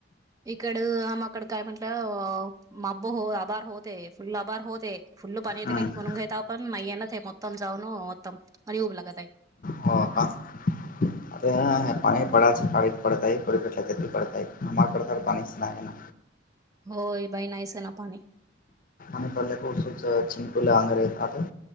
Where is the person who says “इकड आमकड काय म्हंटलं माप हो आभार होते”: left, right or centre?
Right